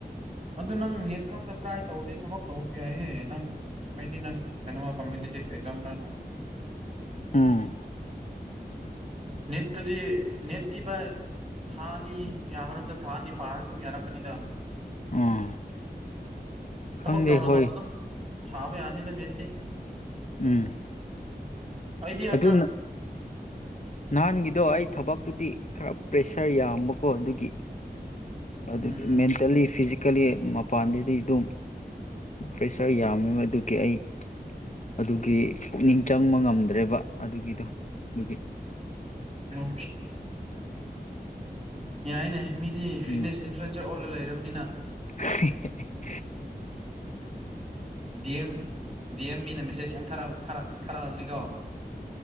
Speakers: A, on the right; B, on the left.
A: ꯑꯗꯨ ꯅꯪ ꯅꯦꯠ ꯈꯛꯇ ꯇ꯭ꯔꯥꯏ ꯇꯧꯔꯁꯤ ꯊꯕꯛ ꯇꯧꯔꯁꯨ ꯌꯥꯏꯍꯦ ꯅꯪ ꯍꯥꯏꯗꯤ ꯅꯪ ꯀꯩꯅꯣ ꯀꯝꯄꯤꯇꯦꯇ ꯑꯦꯛꯁꯝꯅ
B: ꯎꯝ
A: ꯅꯠꯇꯗꯤ ꯅꯠꯇꯀꯤ ꯄ ꯊꯥꯅꯤ ꯌꯥꯝꯝꯗ ꯊꯥꯅꯤ ꯄꯥꯔꯒ ꯑꯗꯨꯝ ꯌꯥꯔꯛꯀꯅꯤꯗ
B: ꯎꯝ
A: ꯊꯕꯛ
B: ꯈꯪꯗꯦ
A: ꯇꯧꯅ
B: ꯍꯣꯏ
A: ꯇꯧ ꯑꯗꯨ ꯊꯥꯕ ꯌꯥꯅꯤꯗ ꯅꯠꯇꯦ
B: ꯎꯝ
A: ꯑꯩꯗꯤ ꯍꯆꯔ
B: ꯑꯗꯨ ꯅꯍꯥꯟꯒꯤꯗꯣ ꯑꯩ ꯊꯕꯛꯇꯨꯗꯤ ꯈꯔ ꯄ꯭ꯔꯦꯁꯔ ꯌꯥꯝꯕꯀꯣ ꯑꯗꯨꯒꯤ
A: ꯎꯝ
B: ꯑꯗꯨꯒꯤ ꯃꯦꯟꯇꯦꯜꯂꯤ ꯐꯤ ꯀꯜꯂꯤ ꯃꯄꯥꯟꯗꯗꯤ ꯑꯗꯨꯝ ꯄ꯭ꯔꯦꯁꯔ ꯌꯥꯝꯃꯦꯕ ꯑꯗꯨꯒꯤ ꯑꯩ ꯑꯗꯨꯒꯤ ꯄꯨꯛꯅꯤꯡ ꯆꯪꯕ ꯉꯝꯗ꯭ꯔꯦꯕ ꯑꯗꯨꯒꯤꯗꯣ ꯑꯗꯨꯒꯤ
A: <unintelligible> ꯌꯥꯏꯅꯦ ꯃꯤꯗꯤ ꯐꯤꯠꯅꯦꯁ
B: ꯎꯝ
A: ꯏꯟꯐ꯭ꯂꯨꯌꯦꯟꯁꯔ ꯑꯣꯜꯂꯒ ꯂꯩꯔꯕꯅꯤꯅ
B: <unintelligible>
A: ꯗꯤꯦꯝ ꯗꯤ ꯑꯦꯝ ꯃꯤꯅ ꯃꯦꯁꯦꯖ ꯌꯥꯝ ꯊꯥꯔꯛꯑꯕꯅꯤꯀꯣ